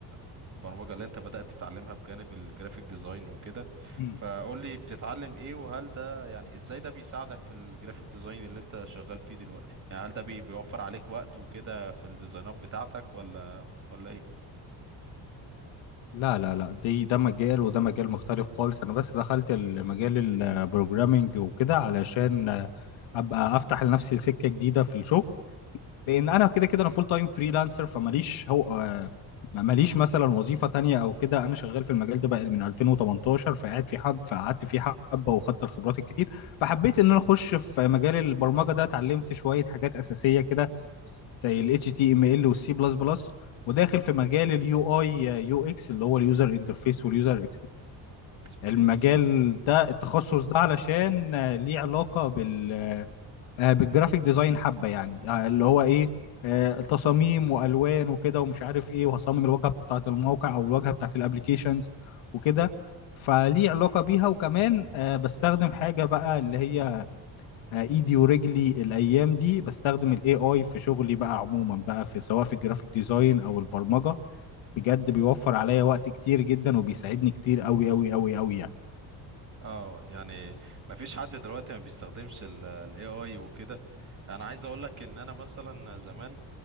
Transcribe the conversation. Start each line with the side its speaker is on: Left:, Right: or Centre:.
Right: البرمجة اللي انت بدأت تتعلمها بجانب الجرافيك ديزاين وكده
Left: مم.
Right: فقول لي بتتعلم ايه وهل ده يعني ازاي ده بيساعدك في الجرافيك ديزاين اللي انت شغال فيه دلوقتي يعني هل ده بي- بيوفر عليك وقت وكده في الديزاينات بتاعتك ولا ولا ايه
Left: لا لا لا دي ده مجال وده مجال مختلف خالص انا بس دخلت المجال البروجرامينج وكده علشان آه، ابقى افتح لنفسي سكة جديدة في الشغل لان انا كده كده انا فول تايم فريلانسر فماليش هو آه، ما- ماليش مثلا وظيفه تانية او كده انا شغال في المجال ده بقى من 2018 فقعد في حب فقعدت فيه حبه واخدت الخبرات الكتير فحبيت ان انا اخش في مجال البرمجه ده اتعلمت شويه حاجات اساسيه كده زي ال HTML وال C++ وداخل في مجال اليو اي يو اكس اللي هو اليوزر انترفيس واليوزر
Right: experience
Left: المجال ده التخصص ده علشان آه، ليه علاقه بال آه، بالجرافيك ديزاين حبه يعني آه، اللي هو ايه آه، تصاميم والوان وكده ومش عارف ايه وهصمم الواجهه بتاعه الموقع او الواجهه بتاعه الابليكيشنز وكده فليه علاقه بيها وكمان آه، بستخدم حاجه بقى اللي هي آه، ايدي ورجلي الايام دي بستخدم الاي اي في شغلي بقى عموما بقى في سواء في الجرافيك ديزاين او البرمجه بجد بيوفر عليا وقت كتير جدا وبيساعدني كتير قوي قوي قوي قوي يعني
Right: اه يعني ما فيش حد دلوقتي ما بيستخدمش ال ال AI وكده انا عايز اقول لك ان انا مثلا زمان